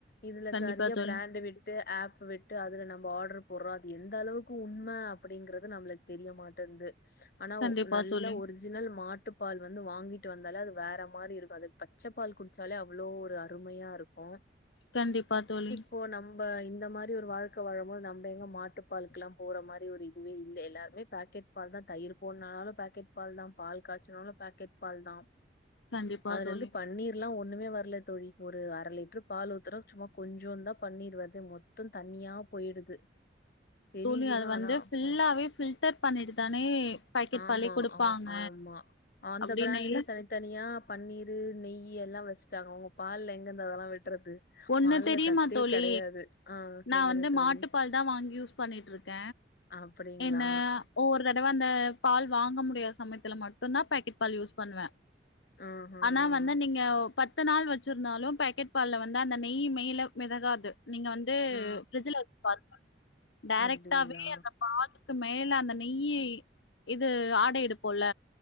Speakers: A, on the left; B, on the left.
A: இதுல
B: கண்டிப்பா
A: சரியா
B: தோழி.
A: ப்ராண்ட்டு விட் டு ஏப்பு விட்டு அதுல நம்ப ஆட்ரு போட்றோ அது எந்தளவுக்கு உண்ம அப்டிங்கறது நம்ளுக் தெரியமாட்டேன்து ஆனா
B: கண்டிப்பா
A: ஒ நல்ல
B: தோழி.
A: ஒர் ஜினல் மாட்டு பால் வந்து வாங்கிட்டு வந்தாலே அது வேற மாறி இருக்கு அது பச்ச பால் குடிச்சாலே அவ்ளோ ஒரு அருமையா இருக் கு
B: கண்டிப்பா தோழி
A: இப்போ நம்ப இந்த மாரி ஒரு வாழ்க்க வாழும் போது நம்ப எங்க மாட்டுப்பாலுக்கெலா போற மாரி ஒரு இதுவே இல்ல எல்லாருமே பாக்கெட் பால் தா தயிர் போட்னாலு பாக்கெட் பால் தா பால் காச்சுனாலு பாக்கெட் பால் தா
B: கண்டிப்பா
A: அதுலந்து
B: தோழி
A: பன்னீர் எல்லா ஒண்ணுமே வர்ல தோழி ஒரு அர லிட்ரு பால் ஊத்துன சும்மா கொஞ்சுண்தா பன்னீர் வருது மொத் து தண்ணியா போயிடுது தெரியுது
B: தோழி அது
A: தான்
B: வந்து
A: ஆனா. அப்போ-
B: ஃபில்லாவே ஃபில்டர் பண்ணிட்டு தானே பாக்கெட்
A: ஆமா
B: பாலே குடுப்பாங்க
A: ஆமா அந்த
B: அப்டின்னைல
A: பிராண்ட்லயே தனித் தனியா பன்னீரு நெய் எல்லா வெச்சுட்டாங்க அவுங்க பால்ல எங்கருந்து அதெல்லா விட்றது
B: ஒண்ணு
A: பால்ல
B: தெரியுமா
A: சத்தே
B: தோழி
A: கெடையாது. ஆ
B: நா
A: சொல்லுங்க
B: வந்து
A: தோழி.
B: மாட்டுப்பால் தா வாங்கி யூஸ் பண்ணிட்ருக்க
A: அப்டிங்களா?
B: என்ன ஒவ்வொரு தடவ அந்த பால் வாங்க முடியாத சமயத்துல மட்டுந் தா பேக்கெட் பால் யூஸ் பண்ணுவே
A: ம்ஹ்ம்.
B: ஆனா வந்து நீங்க பத் து நாள் வெச்சிருந்தாலு பேக்கெட் பால்ல வந்து அந்த நெய் மேல மெதகாது நீங்க வந் து
A: ஆ.
B: பிரிட்ஜில வெச்சு பாருங்க டைரக்ட்டாவே
A: அப்டிங்களா?
B: அந்த பாலுக்கு மேல அந்த நெய்யி இது ஆடையெடுப்போல்ல